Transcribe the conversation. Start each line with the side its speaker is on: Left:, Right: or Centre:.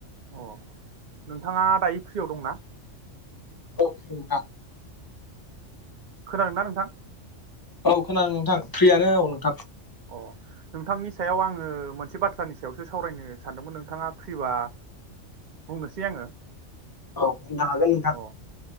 Right: अ नोंथाङा दायो फ्रियाव दंना।
Left: औ नोंथां
Right: खोनादों ना नोंथां
Left: औ खोनादों नोंथां फ्रियानो
Right: अ
Left: औ नोंथां
Right: अ नोंथांनि सायाव आङो मोनसे बाथ्रानि सायावसो सावरायनो सानदोंमोन नोंथाङा फ्रिबा बुंनोसै आङो।
Left: औ बुंनो हागोन नोंथां।
Right: अ